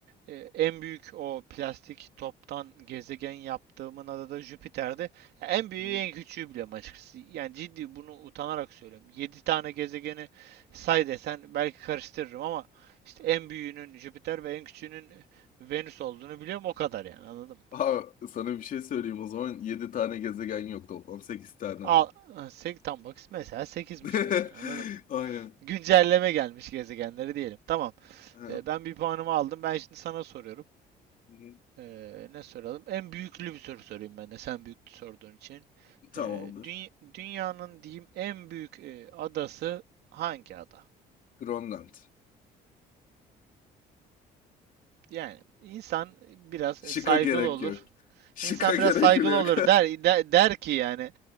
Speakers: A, on the right (about 75°); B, on the left (about 55°).
A: Ee, en büyük o plastik toptan gezegen yaptığımın adı da Jüpiter'di. Ya en büyüğü
B: Hı hı.
A: en küçüğü biliyorum açıkçası. Yani ciddi bunu utanarak söylüyorum. yedi tane gezegeni say desen belki karıştırırım ama işte en büyüğünün Jüpiter ve en küçüğünün Venüs olduğunu biliyorum o kadar yani anladın mı?
B: Aa, sana bir şey söyleyeyim o zaman 7 tane gezegen yok toplam 8 tane
A: Al,
B: var.
A: sek, tam bak mesela sekizmiş
B: <laughs>
A: mesela anladın mı?
B: Aynen.
A: Güncelleme gelmiş gezegenleri diyelim. Tamam.
B: Ha, Hı
A: Ee, ben bir puanımı aldım. Ben şimdi sana soruyorum.
B: hı.
A: Ee, ne soralım? En büyüklü bir soru sorayım ben de. Sen büyük sorduğun için.
B: tamamdır.
A: Ee, düny- dünyanın diyeyim en büyük e, adası hangi ada?
B: Grönland.
A: Yani insan biraz
B: Şıka
A: e, saygılı
B: gerek
A: olur.
B: yok. Şıka
A: İnsan
B: <laughs> gerek
A: biraz saygılı
B: bile yok.
A: olur der de- der ki yani